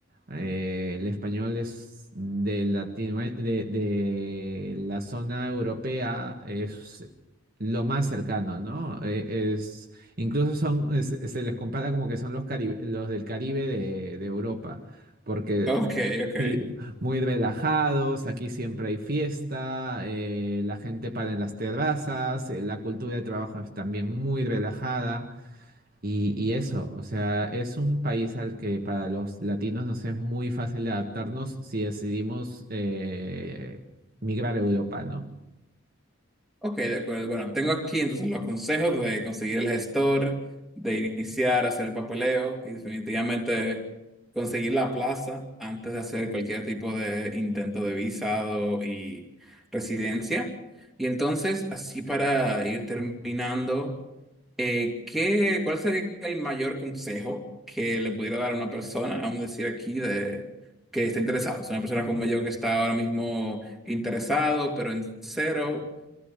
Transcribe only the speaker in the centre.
ok, ok.
Ok, de acuerdo. Bueno, tengo aquí entonces los consejos de conseguir el gestor, de iniciar a hacer el papeleo y definitivamente conseguir la plaza antes de hacer cualquier tipo de intento de visado y residencia. Y entonces, así para ir terminando, eh, ¿qué, cuál sería el mayor consejo que le pudiera dar a una persona, vamos a decir aquí, de, que está interesado? Es una persona como yo que está ahora mismo interesado, pero en cero